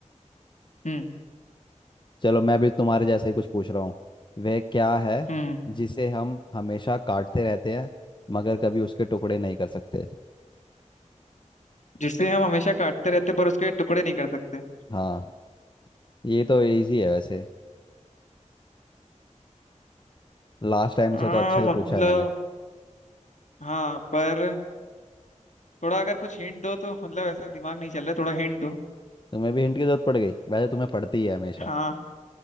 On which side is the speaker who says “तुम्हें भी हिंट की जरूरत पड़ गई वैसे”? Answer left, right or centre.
Left